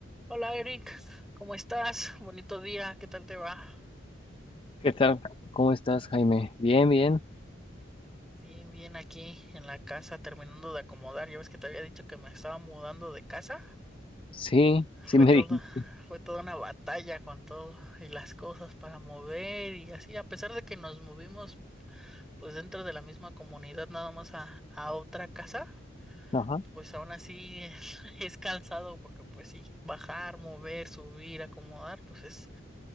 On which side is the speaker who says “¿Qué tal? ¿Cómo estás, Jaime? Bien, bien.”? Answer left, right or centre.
Left